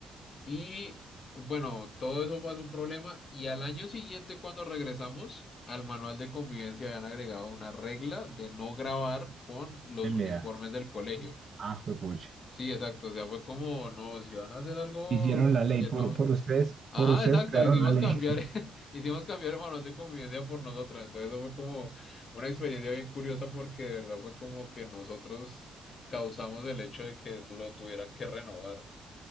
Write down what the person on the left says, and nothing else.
Y bueno, todo eso pasa un problema y al año siguiente cuando regresamos al manual de convivencia habían agregado una regla de no grabar con los
uniformes del colegio.
Sí, exacto, o sea, fue como, no, si van a hacer algo
que
no.
Ajá,
exacto,
hicimos
cambiar, <laughs>
hicimos cambiar el manual de convivencia por nosotros, entonces eso fue como una experiencia bien curiosa porque de verdad fue como que nosotros causamos el hecho de que lo tuvieran que renovar.